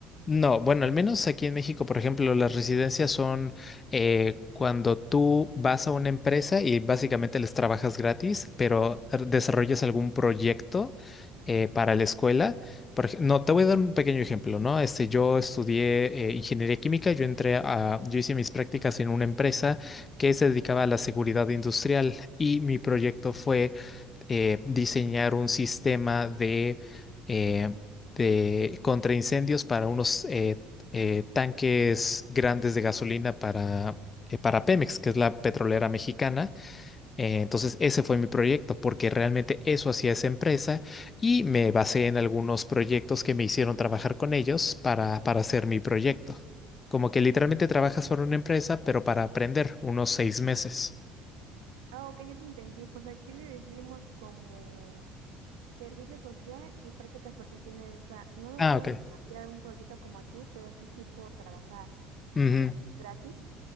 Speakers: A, on the left; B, on the right.
A: No, bueno, al menos aquí en México, por ejemplo, las residencias son eh, cuando tú vas a una empresa y básicamente les trabajas gratis, pero r- desarrollas algún proyecto eh, para la escuela. Por ej- no, te voy a dar un pequeño ejemplo, ¿no? Este, yo estudié eh, ingeniería química, yo entré a, yo hice mis prácticas en una empresa que se dedicaba a la seguridad industrial y mi proyecto fue eh, diseñar un sistema de, eh, de contraincendios para unos eh, eh, tanques grandes de gasolina para, eh, para Pemex, que es la petrolera mexicana. Eh, entonces, ese fue mi proyecto, porque realmente eso hacía esa empresa y me basé en algunos proyectos que me hicieron trabajar con ellos para, para hacer mi proyecto. Como que literalmente trabajas para una empresa, pero para aprender unos seis meses.
B: Ah, ok, ya te entendí, pues aquí le decimos como Servicio social y prácticas profesionales. O sea, no nos
A: Ah,
B: piden
A: ok.
B: desarrollar un proyecto como a ti, pero sí tipo trabajar,
A: Ujú.
B: a veces gratis,